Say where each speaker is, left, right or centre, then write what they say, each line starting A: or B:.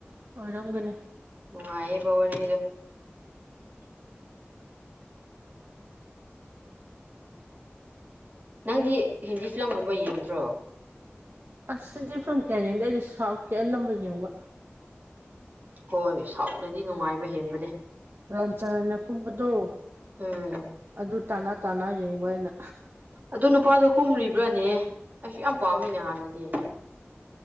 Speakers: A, on the right; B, on the right.
A: ꯋꯥꯔꯒꯅꯦ
B: ꯅꯨꯡꯉꯥꯏꯌꯦ ꯕꯗꯣ ꯅꯪꯗꯤ ꯍꯤꯟꯗꯤ ꯐꯤꯂꯝꯒꯨꯝꯕ ꯌꯦꯡꯗ꯭ꯔꯣ
A: ꯑꯁꯗꯤ ꯐꯔꯝ ꯀꯌꯥ ꯌꯦꯡꯗꯦ ꯑꯩꯗꯤ ꯁꯥꯎꯠꯀꯤ ꯑꯅꯝꯕ ꯌꯦꯡꯕ
B: ꯍꯣꯏ ꯁꯥꯎꯠꯅꯗꯤ ꯅꯨꯡꯉꯥꯏꯕ ꯍꯦꯟꯕꯅꯦ
A: ꯔꯝꯆꯔꯅ ꯀꯨꯝꯕꯗꯨꯣ
B: ꯎꯝ
A: ꯑꯗꯨ ꯇꯥꯅꯥ ꯇꯥꯅꯥ ꯌꯦꯡꯕ ꯑꯩꯅ
B: ꯑꯗꯨ ꯅꯨꯄꯥꯗꯣ ꯀꯨꯝꯔꯤꯕ꯭ꯔꯅꯦ ꯑꯩꯁꯨ ꯌꯥꯝ ꯄꯥꯝꯃꯤꯅꯦ ꯍꯥꯟꯅꯗꯤ ꯑꯩ